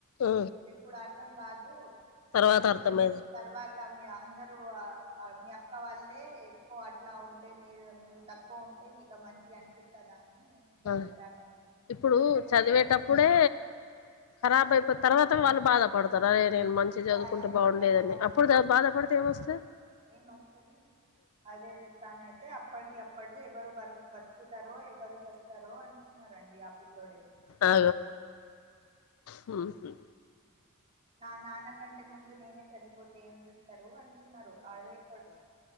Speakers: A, on the left (about 75°); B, on the right (about 30°).
A: ఆ
B: మీకు ఇప్పుడు అర్ధం కాదు
A: తర్వాత
B: పెద్ద
A: అర్థమైంది
B: అయి తర్వాత మీ అందరూ మీ అక్క వాళ్ళే ఎక్కువ అట్లా ఉంటే మీరు ను కు ఉంటే నీతో మంచిగా అనిపిస్తదా అని నేను ఇంత
A: ఆ
B: చెప్పానండి.
A: ఇప్పుడు
B: చెప్తే
A: చదివేటప్పుడే ఖరాబ్ అయిపో
B: అవునండి
A: తర్వాత వాళ్ళు బాధపడు సరేలే నేను మంచి చదువుకుంటే
B: బాగా పెడతారు
A: బాగుండేదని అప్పుడు బాధపడితే ఏం వొస్తా
B: ఏ మస్తది అదే అదే ప్యాన్ అయితే అప్పటిది అప్పుడు ఎవరు బ బతుకుతారో ఎవరు చేస్తారో అంటు టున్నారండి ఆ పిల్లోడే
A: ఆ మ్హు
B: నా నాన్న కంటే ముందు నేనే చనిపోతే ఏం చేస్ తారు అంటున్నారు అదే క్వశ్చన్,